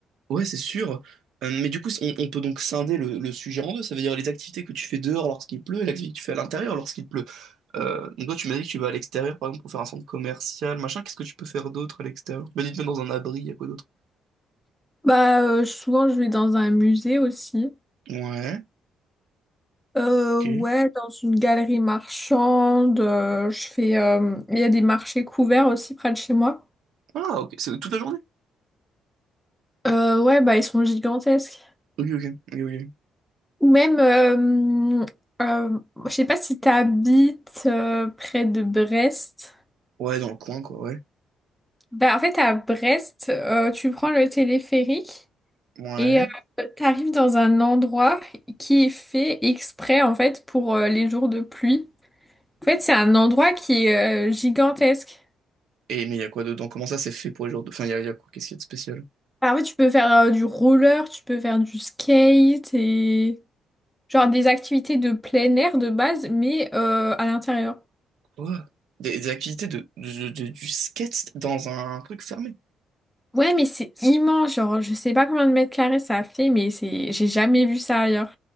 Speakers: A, on the right; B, in the centre.
A: Ouais, c'est sûr. Euh, mais du coup, on, on peut donc scinder le, le sujet en deux, ça veut dire les activités que tu fais dehors lorsqu'il pleut et l'activité que tu fais à l'intérieur lorsqu'il pleut. Euh, donc toi, tu m'as dit que tu vas à l'extérieur, par exemple, pour faire un centre commercial, machin, qu'est-ce que tu peux faire d'autre à l'extérieur? Tu m'as dit de mettre dans un abri, il y a quoi d'autre?
B: bah euh, souvent je vais dans un musée aussi
A: Ouais,
B: Euh,
A: ok.
B: ouais, dans une galerie marchande, euh, je fais. euh, Il y a des marchés couverts aussi près de chez moi.
A: Ah, ok, c'est toute la journée?
B: Euh, ouais, bah ils sont gigantesques.
A: Ok, ok, ok, ok.
B: Ou même, euh, euh, je sais pas si t'habites euh, près de Brest.
A: Ouais, dans le coin, quoi, ouais.
B: Bah en fait à Brest, euh, tu prends le téléphérique
A: Ouais.
B: et euh, t'arrives dans un endroit qui est fait exprès en fait pour euh, les jours de pluie. En fait, c'est un endroit qui est euh, gigantesque.
A: Et mais il y a quoi dedans? Comment ça c'est fait pour les joueurs de... Enfin, il y a, y a quoi? Qu'est-ce qu'il y a de spécial?
B: Bah, en fait, tu peux faire euh, du roller, tu peux faire du skate et genre des activités de plein air de base, mais euh, à l'intérieur.
A: Quoi? Des, des activités de, de- de- du skate dans un truc fermé.
B: Ouais, mais c'est immense, genre je sais pas combien de mètres carrés ça fait, mais c'est j'ai jamais vu ça ailleurs.